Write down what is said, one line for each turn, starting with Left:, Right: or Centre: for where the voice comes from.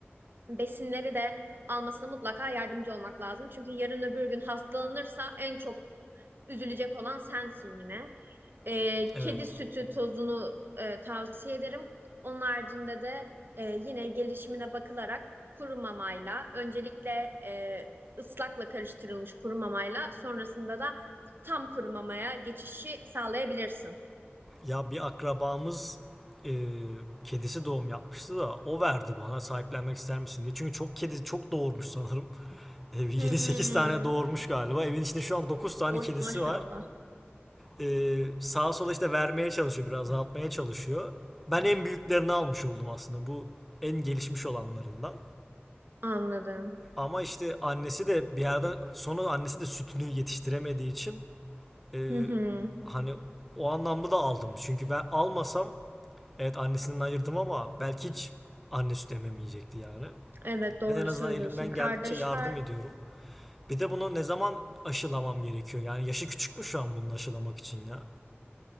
Right: besinleri de almasına mutlaka yardımcı olmak lazım. Çünkü yarın öbür gün hastalanırsa en çok Üzülecek olan sensin yine. E,
Centre: Evet,
Right: kedi sütü tozunu e, tavsiye ederim. Onun haricinde de e, yine gelişimine bakılarak kuru mamayla öncelikle e, ıslakla karıştırılmış kuru mamayla sonrasında da tam kuru mamaya geçişi sağlayabilirsin.
Centre: ya bir akrabamız e, kedisi doğum yapmıştı da o verdi bana sahiplenmek ister misin diye. Çünkü çok kedi çok doğurmuş sanırım. <laughs> E, 7-8
Right: Hmm.
Centre: tane doğurmuş galiba. Evin içinde şu an 9 tane
Right: Oy
Centre: kedisi
Right: maşallah.
Centre: var. E, sağa sola işte vermeye çalışıyor biraz azaltmaya çalışıyor. Ben en büyüklerini almış oldum aslında bu en gelişmiş olanlarından.
Right: Anladım.
Centre: Ama işte annesi de bir yerden sonra annesi de sütünü yetiştiremediği için Ee,
Right: Hı hı.
Centre: hani o anlamda da aldım. Çünkü ben almasam evet annesinden ayırdım ama belki hiç anne süt ememeyecekti yani.
Right: Evet doğru
Centre: Ben en azından
Right: söylüyorsun.
Centre: elimden
Right: Kardeşler
Centre: geldikçe yardım ediyorum. Bir de bunu ne zaman aşılamam gerekiyor? Yani yaşı küçük mü şu an bunu aşılamak için ya?